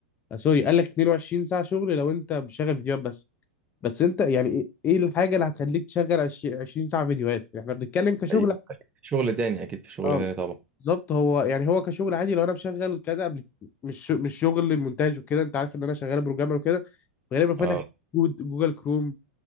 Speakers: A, on the left; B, on the right.
A: آه، سوري قال لك 22 ساعة شغل لو أنت بشغل فيديوهات بس بس أنت يعني إيه إيه الحاجة اللي هتخليك تشغل 20 ساعة فيديوهات احنا بنتكلم كشغل
B: حقيقة. شغل تاني اكيد في شغل
A: اه
B: تاني طبعا
A: بالظبط هو يعني هو كشغل عادي لو انا مشغل كذا قبل مش ش- مش شغل مونتاج وكده انت عارف ان انا شغال بروجرامر وكده غالبا فاتح
B: اه
A: كود جوجل كروم